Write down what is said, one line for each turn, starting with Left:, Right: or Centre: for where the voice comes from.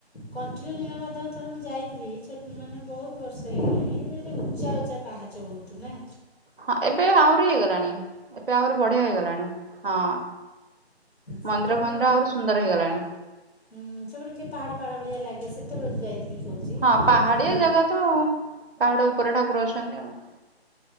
Left: କଣ୍ଟିଲୋ ନିଳମାଧବ ଥରେ ମୁଁ ଯାଇଥିଲି ଛୋ ମାନେ ବହୁତ ବର୍ଷ ହେଇ ଗଲାଣି ସେଠୀ ଉଚ୍ଚା ଉଚା ପାହ ପାହାଚ ବହୁତ ନା।
Right: ହଁ ଏବେ ଆହୁରି ହେଇଗଲାଣି ଏବେ ଆହୁରି ବଢିଆ ହେଇଗଲାଣି ହଁ।
Left: ସେତେବେଳେ
Right: ମନ୍ଦିର ଫନ୍ଦିର ଆହୁରି ସୁନ୍ଦର ହେଇଗଲାଣି
Left: ହୁଁ ସେପଟେ ଟିକେ ପାହାଡ ପାହାଡ ଭଳିଆ ଲାଗେ। ସେତେବେଳେ ଯୋଉ ଯାଇଥିଲି। କହୁଛି
Right: ହଁ
Left: ଏବେ
Right: ପାହାଡିଆ
Left: କେଉଁ ଭଲ
Right: ଜାଗା ତ ପାହାଡ ଉପରେ ଠାକୁର ଅଛନ୍ତି ଆଉ।